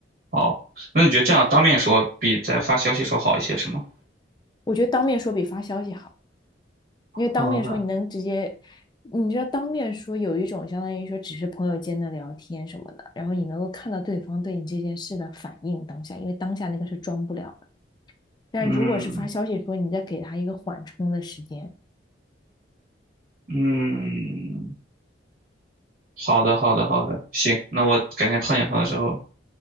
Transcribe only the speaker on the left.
我觉得当面说比发消息好，因为当面说你能直接，
你知道当面说有一种相当于说只是朋友间的聊天什么的，然后你能够看到对方对你这件事的反应当下，因为当下那个是装不了的。但是如果是发消息说，
你再给他一个缓冲的时间